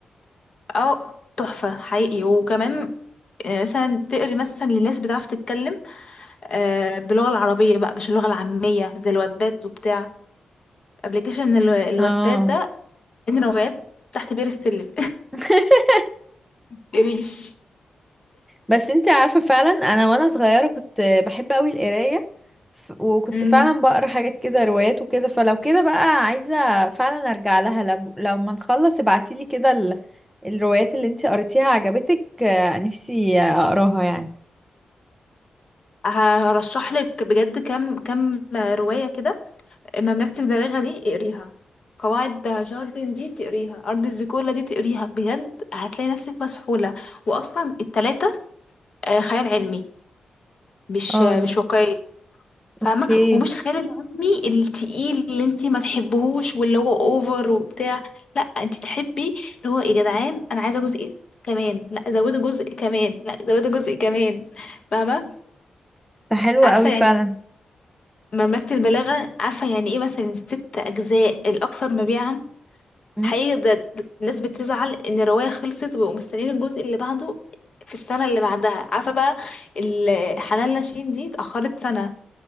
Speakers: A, on the left (about 40°); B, in the centre.
A: اه تحفة حقيقي وكمان آه، مثلا تقري مثلا للناس بتعرف تتكلم آه، باللغة العربية بقى مش اللغة العامية زي الواتباد وبتاع ابلكيشن الواتباد
B: اه
A: ده ان روايات تحت بير السلم
B: <laughs>
A: <laughs> تقريش
B: بس انتي عارفة فعلا انا وانا صغيرة كنت بحب قوي القراية ف- وكنت
A: مم.
B: فعلا بقرا حاجات كده روايات وكده فلو كده بقى عايزة فعلا ارجع لها لو لو ما نخلص ابعتيلي كده ال... الروايات اللي انتي قريتيها عجبتك آه، نفسي اقراها يعني
A: هرشح لك بجد كم كم رواية كده مملكة البلاغة دي اقريها قواعد جاردن دي تقريها أرض الزيكولا دي تقريها بجد هتلاقي نفسك مسحولة وأصلا التلاتة آه، خيال علمي مش
B: اه
A: مش واقعية فاهمة
B: اوكي
A: ومش خيال العلمي التقيل اللي انت ما تحبهوش واللي هو اوفر وبتاع لا انت تحبي اللي هو يا جدعان انا عايزة جزء كمان لا زودوا جزء كمان لا زودوا جزء كمان فاهمة
B: ده حلو
A: عارفة
B: قوي فعلا
A: يعني مملكة البلاغة عارفة يعني ايه مثلا ست اجزاء الاكثر مبيعا
B: امم
A: حقيقي ده ده الناس بتزعل ان الرواية خلصت وبقوا مستنيين الجزء اللي بعده في السنة اللي بعدها عارفة بقى ال- حنان لاشين دي اتأخرت سنة